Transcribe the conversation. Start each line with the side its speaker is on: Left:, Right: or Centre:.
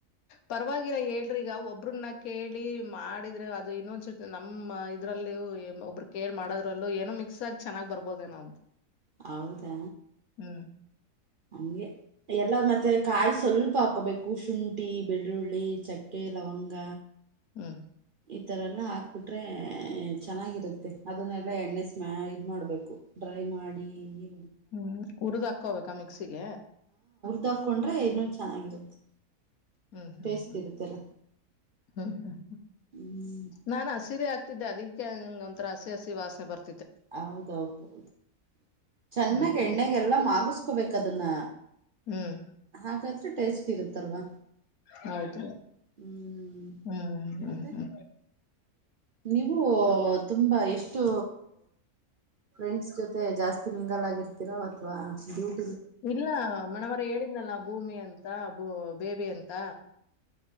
Left: ಪರವಾಗಿಲ್ಲ ಹೇಳ್ರಿಗ ಒಬ್ರನ್ನ.. ಕೇಳಿ ಮಾಡಿದ್ರೆ ಅದು ಇನ್ನೊಂದ್ಸತಿ ನಮ್ಮ ಇದ್ರಲ್ಲಿ ಒಬ್ರು ಕೇಳ್ ಮಾಡೋದ್ರಲ್ಲೂ ಏನೊ.. ಮಿಕ್ಸ್ ಆಗ ಚನ್ನಾಗ್ ಬರ್ಬೋದೇನೋ ಅಂತ..
Right: ಹೌದಾ
Left: ಹ್ಮ್
Right: ಹಗೆ ಎಲ್ಲ ಮತ್ತೆ ಕಾಯ.. ಸ್ವಲ್ಪ ಹಾಕೋಬೇಕು ಶುಂಠಿ ಬೆಳ್ಳುಳ್ಳಿ ಚಕ್ಕೆ ಲವಂಗ..
Left: ಹ್ಮ್
Right: ಈತರ ಎಲ್ಲ ಹಾಕ್ಬಿಟ್ರೆ ಚೆನ್ನಾಗಿರುತ್ತೆ ಅದನ್ನೆಲ್ಲ ಎಣ್ಣೆ ಸ್ಮ್ಯಾ ಇದ ಮಾಡ್ಬೇಕು.. ಫ್ರೈ ಮಾಡಿ ಇಂಗೆ.
Left: ಹ್ಮ್ ಉರ್ದ್ ಹಾಕೋಬೇಕಾ ಮಿಕ್ಸಿಗೆ.
Right: ತಕೊಂಡ್ರೆ ಇನ್ನುೂ ಚೆನ್ನಾಗಿರುತ್ತೆ..
Left: ಹ್ಮ್ ಹ್ಮ್
Right: ಟೇಸ್ಟ್
Left: ಹ್ಮ್
Right: ಇರುತ್ತಲ್ಲ
Left: ಹ್ಮ್ ಹ್ಮ್ ಹ್ಮ
Right: ಹ್ಮ್
Left: ನಾನ ಸೀರೆ ಆಗ್. ಅದಕ್ಕೆಂಗ ಒಂರ ಹಸಿ ಹಸಿ ವಾಸನೆ ಬತ.
Right: ಹೌದೌದೌದು. ಚೆನ್ನಾಗ
Left: ಹ್ಮ್ ಹ್ಮ್
Right: ಎಣ್ಣೆಗೆಲ್ಲ ಮಗಸ್ಬೇಕ ಅದನ್ನ
Left: ಹ್ಮ್
Right: ಹಾಗಾದ್ರೆ.. ಟೇಸ್ಟ್ ಇರುತ್ತಲ್ವಾ..
Left: ಹೌದ
Right: ಹ್ಮ್
Left: ಹ್ಮ್ ಹ್ಮ
Right: ಮತ್ತೆ
Left: ಹ್ಮ.
Right: ನೀವು ತುಂಬಾ ಎಷ್ಟು ಫ್ರೆಂಡ್ಸ್ ಜೊತೆ ಜಾಸ್ತಿ.. ಮಿಂಗಲ್ ಆರ್ತತಿರೋ ಅಥವಾ ಡ್ಯೂಕ್.
Left: ಇಲ್ಲ ಮಣಮರ ಹೇಳಿದ್ನಲ್ಲ ಭೂಮಿ ಅಂತ ಬೂ ಬೇಬಿ ಅಂತ..